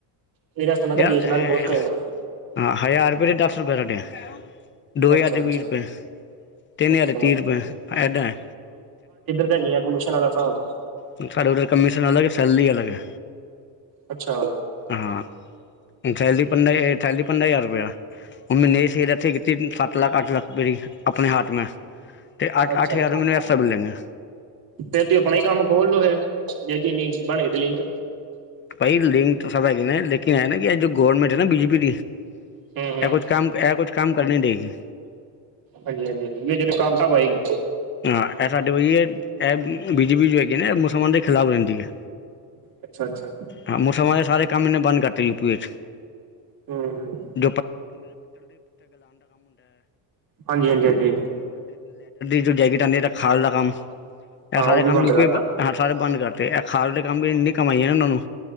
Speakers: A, on the right (about 45°); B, on the left (about 25°).
A: ਇਹਦੇ ਵਾਸਤੇ ਮੈਂ ਕਿਹਾ
B: ਯਾਰ
A: ਵੇਚਣਾ
B: ਐਹ
A: ਤੇ ਬਹੁਤ ਪਏਗਾ
B: ਹਾਂ ਹਜ਼ਾਰ ਰੁਪਏ ਚ ਦਸ ਰੁਪਏ ਹਾਡੇ ਐ। ਦੋ ਹਜ਼ਾਰ
A: ਅੱਛਾ
B: ਦੇ ਵੀਹ
A: ਅੱਛਾ
B: ਰੁਪਏ ਤਿੰਨ
A: ਅੱਛਾ
B: ਹਜ਼ਾਰ ਦੇ ਤੀਹ ਰੁਪਏ ਐਦਾਂ ਐ।
A: ਨੀਂ ਟਿਉਸ਼ਨ ਵਾਲਾ ਸਾਬ।
B: ਸ ਸਾਡੇ ਵੱਲ ਕਮਿਸ਼ਨ ਅਲੱਗ ਏਂ ਸੈਲਰੀ ਅਲੱਗ ਐ।
A: ਅੱਛਾ।
B: ਹਾਂ ਥੈਲੀ ਪੰਦਾ ਥੈਲੀ ਪੰਦਰਾਂ ਹਜ਼ਾਰ ਰੁਪਇਆ ਉਹ ਮੈਨੇ ਸੇਹਰ ਇੱਥੇ ਕੀਤੀ, ਸੱਤ ਲੱਖ- ਅੱਠ ਲੱਖ ਰੁਪਏ ਦੀ ਪੇਰੀ ਆਪਣੇ ਹਾਥ ਮੇ ਅਤੇ ਅੱ
A: ਅੱਛਾ
B: ਅੱਠ ਹਜ਼ਾਰ
A: ਅੱਛਾ
B: ਮੈਂਨੂੰ ਐਕਸਟਰਾ ਮਿਲੈਂਗੇ।
A: ਫੇਰ ਤੁਸੀ ਆਪਣਾ ਹੀ ਕੰਮ ਖੋਲ ਲੋੋ ਫਿਰ, ਜੇ ਚੀਨੀਗਸ ਬਣਗੇ ਤੇ ਲਿੰਕ
B: ਭਾਈ ਲਿੰਕ ਤਾਂ ਸਭ ਹੈਗੇ ਨੇ, ਲੇਕਿਨ ਐ ਨਾ ਕਿ ਜੋ ਗੌਰਰਮਟ ਐ ਨਾ ਬੀਜੇਪੀ ਦੀ
A: ਹੂੰ ਹੂੰ
B: ਐਹ ਕੁੱਛ ਕੰਮ, ਐਹ ਕੁੱਛ ਕੰਮ ਕਰਨ ਨੀ ਦੇਗੀ।
A: ਹਾਂਜੀ- ਹਾਂਜੀ, ਹਾਂਜੀ ਵਿਚ ਰੁਕਾਵਟਾਂ ਬਾਈ।
B: ਹਾਂ ਐਹ ਸਾਡੇ ਵਹੀ, ਐਹ ਬੀਜੇਪੀ ਜੋ ਹੈਗੀ ਐ ਨਾ ਮੁਸਲਮਾਨ ਦੇ ਖ਼ਿਲਾਫ਼ ਰਹਿੰਦੀ ਐ,
A: ਅੱਛਾ ਅੱਛਾ
B: ਹਾਂ ਮੁਸਲਮਾਨ ਦੇ ਸਾਰੇ ਕੰਮ ਏਨੇ ਬੰਦ ਕਰਤੇ ਯੂ ਪੀ ਵਿੱਚ
A: ਹੂੰ -ਹੂੰ।
B: <unintelligible> ਦੀ
A: ਹਾਂਜੀ ਹਾਂਜੀ ਹਾਂਜੀ
B: ਜੋ ਜੈਕਟ ਆਂਦੀ ਏਦਾਂ ਖਾਲ ਦਾ ਕੰਮ, ਐ
A: ਹਾਂ
B: ਸਾਰੇ
A: ਉਹ ਵੀ
B: ਕੰਮ
A: ਬੰਦ
B: ਯੂ ਪੀ
A: ਕਰਤਾ
B: ਹਾ ਸਾਰੇ ਬੰਦ ਕਰਤੇ, ਐ ਖਾਲ ਦੇ ਕੰਮ ਵੀ ਇੰਨੀ ਕਮਾਈ ਐ ਨਾ ਉਹਨਾਂ ਨੂੰ